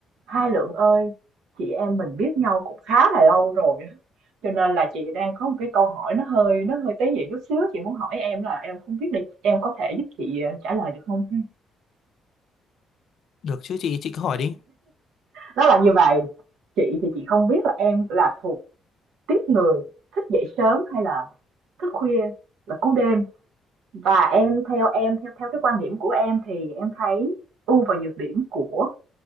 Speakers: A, on the right (about 85°); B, on the left (about 65°).
A: Hai Lượng ơi, chị em mình biết nhau cũng khá là lâu rồi á, cho nên là chị đang có một cái câu hỏi nó hơi nó hơi tế nhị chút xíu, chị muốn hỏi em là em không biết là em có thể giúp chị ờ, trả lời được không? ha?
B: Được chứ chị, chị cứ hỏi đi.
A: Nó là như vậy, chị thì chị không biết là em là thuộc tiếp người thích dậy sớm hay là thức khuya là cú đêm và em theo em theo theo cái quan điểm của em thì em thấy ưu và nhược điểm của